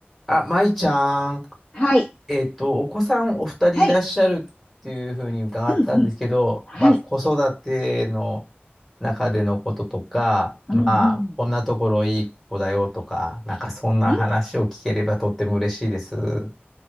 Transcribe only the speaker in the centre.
あ、舞ちゃん、
えっと、お子さんお二人いらっしゃるっていうふうに伺ったんですけど、
まあ、子育ての中でのこととか、
まあ、こんなところいい子だよとか、なんかそんな話を聞ければとっても嬉しいです。
は